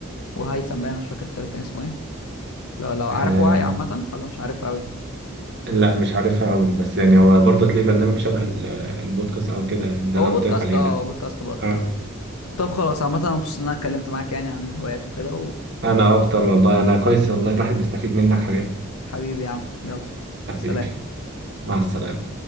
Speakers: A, on the left; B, on the right.
A: وهيثم بقى انا مش فاكر التالت كان اسمه ايه لو لو عارف
B: آه
A: وعي عامه ولا مش عارفها قوي
B: لا مش عارفها قوي بس يعني هو برضه تلاقي برنامج شبه ال- البودكاست او كده اللي
A: هو
B: انا
A: بودكاست
B: قلت لك عليه
A: اه
B: ده
A: هو بودكاست برضو
B: اه
A: أيوة. طب خلاص عامة انا مبسوط ان انا اتكلمت معاك يعني عن الهوايات وكده
B: انا اكتر والله انا كويس والله الواحد بيستفيد منك حاجات
A: وحبيبي يا عم يلا
B: حبيبي
A: سلام
B: مع السلامة